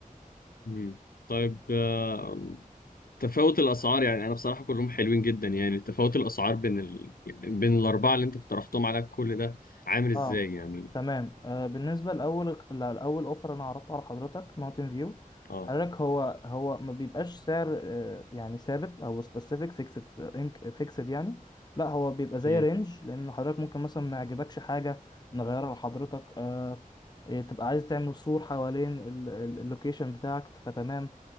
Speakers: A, on the left; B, on the left.
A: مم. طيب آه، تفاوت الاسعار يعني انا بصراحه كلهم حلوين جدا يعني تفاوت الاسعار بين ال... بين الاربعه اللي انت اقترحتهم على كل ده عامل ازاي
B: اه
A: يعني
B: تمام آه بالنسبه لاول لاول اوفر انا عرضته على حضرتك ماونتن فيو
A: اه
B: حضرتك هو هو ما بيبقاش سعر آه يعني ثابت او سبيسيفيك فيكسد انك فيكسد يعني لا هو بيبقى زي
A: مم.
B: رينج لان حضرتك ممكن مثلا ما يعجبكش حاجه نغيرها لحضرتك آه إيه، تبقى عايز تعمل سور حوالين اللوكيشن بتاعك فتمام